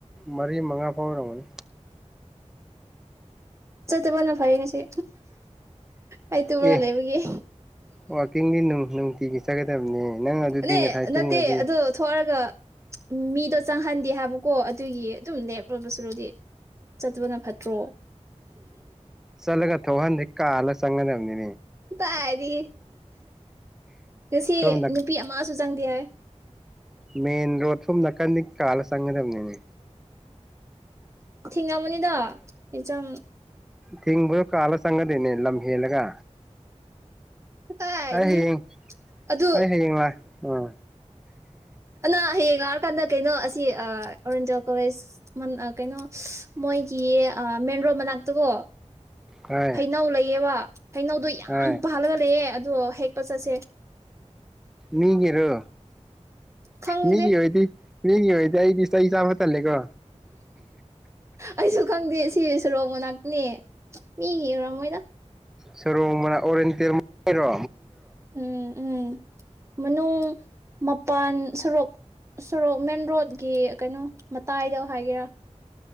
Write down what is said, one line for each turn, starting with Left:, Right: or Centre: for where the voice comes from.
Centre: ꯃꯔꯤ ꯃꯉꯥ ꯐꯥꯎꯔꯝꯃꯅꯤ
Right: ꯆꯠꯇꯕꯅ ꯐꯩꯡꯁꯤ ꯑꯩ ꯇꯨꯝꯨꯔꯒ
Centre: ꯑꯦ
Right: ꯂꯩꯕꯒꯤ
Centre: ꯋꯥꯛꯀꯤꯡꯗꯤ ꯅꯨꯡ ꯅꯨꯡꯇꯤꯒꯤ ꯆꯠꯀꯗꯕꯅꯦ ꯅꯪ ꯑꯗꯨꯗꯤ
Right: ꯅꯅꯦ
Centre: ꯉꯁꯥꯏ ꯇꯨꯝꯒ꯭ꯔꯗꯤ
Right: ꯅꯠꯇꯦ ꯑꯗꯨ ꯊꯔꯒ ꯃꯤꯗꯣ ꯆꯪꯍꯟꯗꯦ ꯍꯥꯏꯕꯀꯣ ꯑꯗꯨꯒꯤ ꯑꯗꯨꯝ ꯂꯦꯞꯂꯕ ꯁꯨꯔꯨꯗꯤ ꯆꯠꯇꯄꯅ ꯐꯠꯇ꯭ꯔꯣ
Centre: ꯆꯂꯒ ꯊꯧꯍ ꯅ ꯀꯥ ꯑꯂ ꯆꯪꯒ ꯅꯅꯦ
Right: ꯇ ꯍꯥꯏꯗꯤ ꯉꯁꯤ
Centre: ꯁꯣꯝ
Right: ꯅꯨꯄꯤ ꯑꯃꯁꯨ ꯆꯪꯗꯦ ꯍꯥꯏ
Centre: ꯃꯟ ꯔꯣꯗ ꯁꯨꯝ ꯅꯥꯀꯥꯟꯅꯤ ꯀꯥꯂ ꯆꯪꯒꯗꯕꯅꯤꯅꯦ
Right: ꯊꯤꯉ ꯃꯅꯤꯗ ꯑꯦꯆꯝ
Centre: ꯊꯤꯡꯕ ꯀꯥꯜꯂ ꯆꯪꯉꯗꯤꯣꯏꯅꯦ ꯂꯝ ꯍꯦꯜꯂꯒ
Right: ꯀꯥꯏ ꯍꯥꯏꯗꯤ
Centre: ꯑꯩ ꯍꯌꯦꯡ
Right: ꯑꯗꯨ
Centre: ꯑꯩ ꯍꯌꯦꯡ ꯂꯥꯛ ꯑꯥ
Right: ꯑꯅꯥ ꯍꯦꯒ ꯀꯥꯟꯗ ꯀꯩꯅꯣ ꯑꯁꯤ ꯑꯣꯔꯦꯟꯖꯦꯜ ꯀꯣꯂꯦꯖ ꯀꯩꯅꯣ ꯃꯣꯏꯒꯤ ꯃꯦꯟ ꯔꯣꯗ ꯃꯅꯥꯛꯇꯀꯣ
Centre: ꯍꯣꯏ
Right: ꯍꯩꯅꯧ ꯂꯩꯌꯦꯕ ꯍꯩꯅꯧꯗꯣ ꯌꯥꯝ
Centre: ꯍꯣꯏ
Right: ꯄꯥꯜꯂꯒ ꯂꯩꯑꯦ ꯑꯣ ꯍꯦꯛ ꯄ ꯆꯁꯦ
Centre: ꯃꯤꯒꯔꯣ
Right: ꯈꯪꯗꯦ
Centre: ꯃꯤꯒꯤ ꯑꯣꯏꯗꯤ ꯃꯤꯒꯤ ꯑꯣꯏꯗꯤ ꯑꯩꯗꯤ ꯏꯁꯩ ꯆꯥꯕ ꯊꯜꯂꯦꯀꯣ
Right: ꯑꯩꯁꯨ ꯈꯪꯗꯦ ꯁꯤ ꯁꯣꯔꯣꯛ ꯃꯅꯥꯛꯅꯦ ꯃꯤ ꯌꯨꯔꯝꯃꯣꯏꯗ
Centre: ꯁꯔꯣ ꯃ ꯑꯣꯔꯦꯟ ꯇꯔꯔꯣ
Right: ꯎꯝ ꯎꯝ ꯃꯅꯨꯡ ꯃꯄꯥꯟ ꯁꯣꯔꯣꯛ ꯁꯣꯔꯣꯛ ꯃꯦꯟ ꯔꯣꯗꯀꯤ ꯀꯩꯅꯣ ꯃꯇꯥꯏꯗ ꯍꯥꯏꯒꯦꯔꯥ